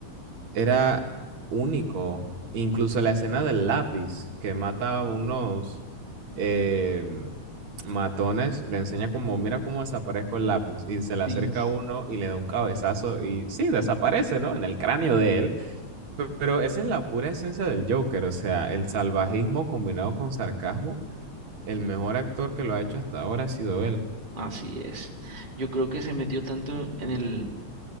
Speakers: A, on the right (about 70°); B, on the right (about 15°).
A: era único. Incluso la escena del lápiz que mata a unos eh, matones, le enseña como, mira cómo desaparezco el lápiz. Y se le
B: Sí.
A: acerca a uno y le da un cabezazo y sí, desaparece, ¿no? En el cráneo de él. Pe- Pero esa es la pura esencia del Joker, o sea, el salvajismo combinado con sarcasmo, el mejor actor que lo ha hecho hasta ahora ha sido él.
B: Así es. Yo creo que se metió tanto en el,